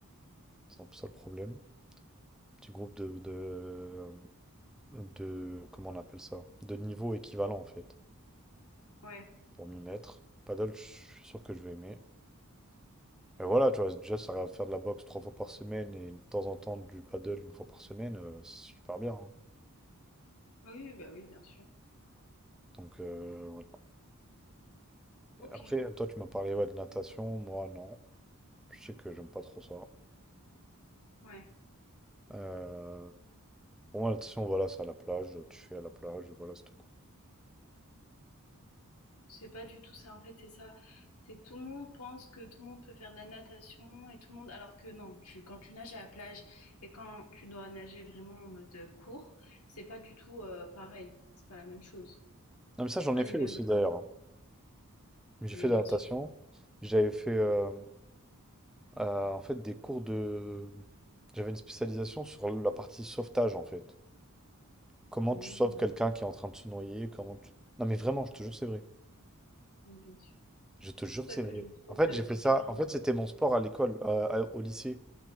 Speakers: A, in the centre; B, on the left.
A: C'est un peu ça le problème. Petit groupe de de, de, comment on appelle ça, de niveau équivalent en fait,
B: Ouais.
A: pour m'y mettre. Paddle, je suis sûr que je vais aimer. Et voilà, tu vois, déjà, ça va faire de la boxe trois fois par semaine et de temps en temps du paddle une fois par semaine, euh, c'est super bien. hein.
B: Oui, oui, bah oui, bien sûr.
A: Donc, euh, voilà.
B: Ok,
A: Après, toi, tu m'as parlé ouais, de natation, moi, non. Je sais que j'aime pas trop ça.
B: ouais.
A: Euh, pour moi, la natation, voilà, c'est à la plage, tu fais à la plage, voilà, c'est tout. quoi.
B: C'est pas du tout ça, en fait, c'est ça. C'est que tout le monde pense que tout le monde peut faire de la natation et tout le monde, alors que non, tu, quand tu nages à la plage et quand tu dois nager vraiment en mode euh, court, c'est pas du tout euh, pareil. C'est pas la même chose.
A: Non, mais ça,
B: C'est
A: j'en
B: pas
A: ai
B: les
A: fait
B: mêmes.
A: aussi
B: euh,
A: d'ailleurs. J'ai
B: Oui,
A: fait de
B: bien
A: la natation.
B: sûr.
A: J'avais fait euh, euh, en fait des cours de. J'avais une spécialisation sur la partie sauvetage en fait. Comment
B: Mmh.
A: tu sauves quelqu'un qui est en train de se noyer, comment tu... Non, mais vraiment, je te jure, que c'est vrai.
B: Oui, bien sûr.
A: Je te
B: C'est
A: jure
B: pour
A: que c'est
B: ça que
A: vrai.
B: je me suis
A: En fait,
B: fait euh,
A: j'ai fait
B: piquer
A: ça.
B: par
A: En fait,
B: un.
A: c'était mon sport à l'école, euh, à- au lycée.